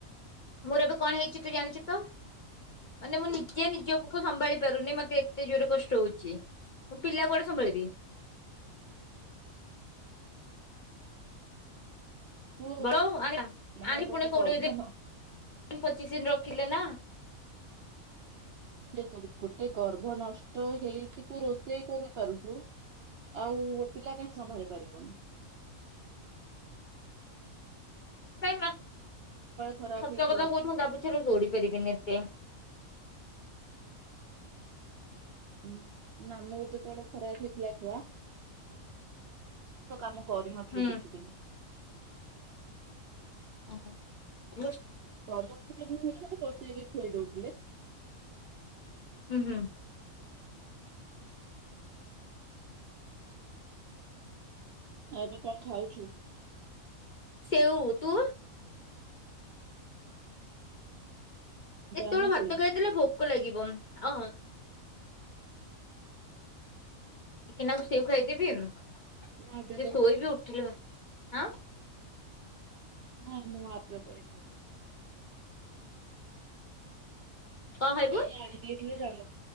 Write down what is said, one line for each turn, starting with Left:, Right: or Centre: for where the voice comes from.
Left: ମୋର ଏବେ କଣ ହେଇଛି ତୁ ଜାଣିଛୁ ତ, ମାନେ ମୁଁ ନିଜେ ନିଜକୁ ସମ୍ଭାଳି ପାରୁନି। ମତେ ଏତେ ଜୋର କଷ୍ଟ ହଉଛି, ମୁଁ ପିଲା କୁଆଡେ ସମ୍ଭାଳିବି।
Right: ତୁ
Left: ବରଂ ଆ
Right: ମାନେ
Left: ଆଣି
Right: ଗୋଟେ
Left: ପୁଣି କୋଡିଏ
Right: ଗର୍ଭ ନ
Left: <inaudible> ପଚିଶ ଦିନ ରଖିଲେ ନା
Right: ଯେ ତୁ ଗୋଟେ ଗର୍ଭ ନଷ୍ଟ ହେଇକି ତୁ ରୋଷେଇ କରିପାରୁଛୁ। ଆଉ ପିଲା କାହିଁ ସମ୍ଭାଳି ପାରିବୁନି।
Left: ପାଇ <unintelligible>
Right: ଖରାପ
Left: ସତ
Right: ହେଇଥିଲା
Left: କଥା କହୁଛି ମୁଁ ତା ପଛରେ ଦୋଡି ପାରିବିନି ଏତେ।
Right: ହୁ ନା ମୋର ଯେତେବେଳେ ଖରାପ ହେଇଥିଲା ଛୁଆ ମୁ ତ କାମ କରି ନଥିଲି
Left: ହୁଁ।
Right: କିଛି ଦିନ।
Left: ଓହୋ।
Right: ପରବର୍ତୀ ମତେ ବସେଇକି ଖୁଆଇ ଦଉଥିଲେ।
Left: ହୁଁ ହୁଁ।
Right: ଆଉ ଏବେ କଣ ଖାଉଛୁ?
Left: ସେଉ ତୁ? କେତେବେଳଳେ
Right: ଜାମୁ
Left: ଭାତ
Right: କୋଳି
Left: ଖାଇଦେଲେ ଭୋକ ଆ ଲାଗିବ ଅ ଟିକେ ନାକୁ ସେଉ ଖାଇଦେବି ସେ
Right: ମୁଁ ଆଉ ଟିକେ ପରେ
Left: ଶୋଇ ବିି ଉଠିଲୁ ବା ଆଁ।
Right: ନାଇଁ ମୁଁ ଆଉ ଟିକେ ପରେ ଖାଇଦେବି।
Left: କଣ ଖାଇବୁ
Right: ଭାଇ ଆଣି ଦେଇଥିଲେ ଜାମୁ